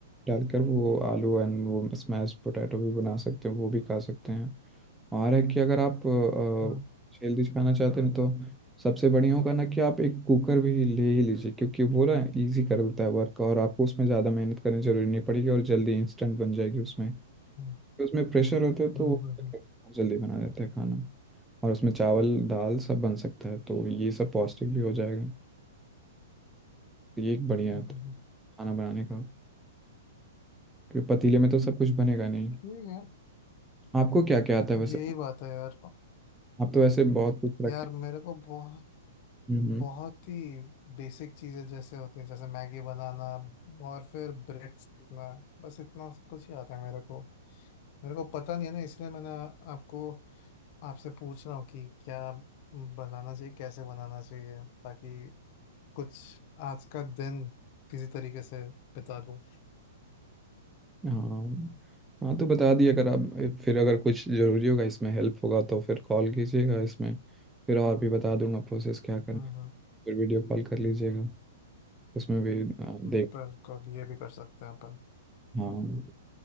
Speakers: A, in the centre; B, on the left.
A: डालकर वो आलू एंड वो स्मैश पोटैटो भी बना सकते हो वो भी खा सकते हैं और है कि अगर आप अ,
B: हम्म
A: हेल्दी खाना चाहते हैं तो सबसे बढ़िया होगा ना कि आप एक कुकर भी ले ही लीजिए क्योंकि वो ना ईजी कर देता है वर्क और आपको उसमें ज़्यादा मेहनत करनी जरूरी नहीं पड़ेगी और जल्दी इंस्टेंट बन जाएगी उसमें
B: हम्म
A: तो उसमें प्रेशर होता है तो
B: हम्म
A: वो
B: हम्म हम्म,
A: <laughs> जल्दी बना देता है खाना और उसमें चावल दाल सब बन सकता है तो ये सब पौष्टिक भी हो जाएगा तो ये एक बढ़िया
B: हम्म,
A: है
B: हम्म।
A: खाना बनाने का क्योंकि पतीले में तो सब कुछ बनेगा नहीं
B: ठीक है
A: आपको क्या क्या आता है वैसे
B: यही बात है यार
A: आप तो वैसे बहुत कुछ रखे
B: यार मेरे को बहुत
A: हम्म
B: बहुत ही बेसिक चीजें जैसे होती हैं जैसे मैगी बनाना और फिर ब्रेड सीखना बस इतना कुछ ही आता है मेरे को मेरे को पता नहीं है ना इसलिए मैंने आपको आपसे पूछ रहा हूँ कि क्या बनाना चाहिए कैसे बनाना चाहिए ताकि कुछ आज का दिन किसी तरीके से बिता दूँ
A: हाँ हाँ तो बता दिए अगर आप फिर अगर कुछ जरूरी होगा इसमें हेल्प होगा तो फिर कॉल कीजिएगा इसमें फिर और भी बता दूंगा प्रोसेस क्या करना
B: हम्म
A: है फिर वीडियो कॉल कर लीजिएगा उसमें भी आ, देख
B: हम्म, बिल्कुल ये भी कर सकते हैं अपन
A: हाँ